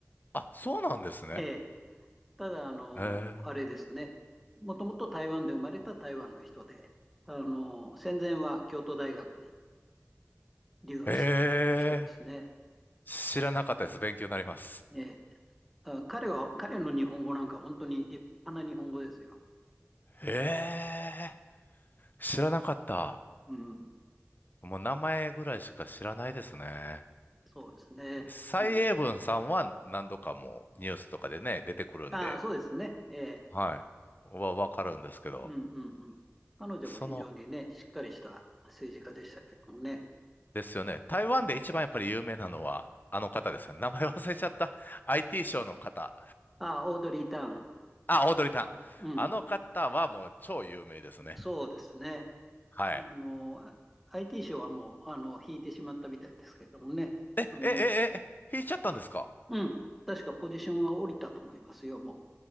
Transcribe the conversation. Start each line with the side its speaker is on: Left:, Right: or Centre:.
Left: あ、そうなんですね。
Centre: えー、ただ、あの、
Left: へえ。
Centre: あれですね、もともと台湾で生まれた台湾の人で、あの、戦前は京都大学に留学してたという人ですね。
Left: ええ、知らなかったです。勉強になります。
Centre: えー、彼は、彼の日本語なんか本当に立派な日本語ですよ。
Left: ええ、知らなかった。
Centre: うん、
Left: もう名前ぐらいしか知らないですね。
Centre: そうですね。
Left: 蔡英文さんは何度かもうニュースとかでね、
Centre: うん、
Left: 出てくるんで、
Centre: ああ、そうですね。えー、
Left: はい。はわかるんですけど、
Centre: うんうんうん。彼女も非常にね、
Left: その、
Centre: しっかりした政治家でしたけどもね。
Left: ですよね。台湾で一番やっぱり有名なのは、あの方ですよね。名前忘れちゃった。IT ショーの方。
Centre: あ、オードリー・ターン。
Left: あ、オードリー・タン。
Centre: うん、
Left: あの方はもう超有名ですね。
Centre: そうですね。
Left: はい。
Centre: あの、あ IT 賞はもう、あの、引いてしまったみたいですけどもね。
Left: え、え、
Centre: あの、
Left: え、え、え引いちゃったんですか
Centre: うん、確かポジションは降りたと思いますよ、も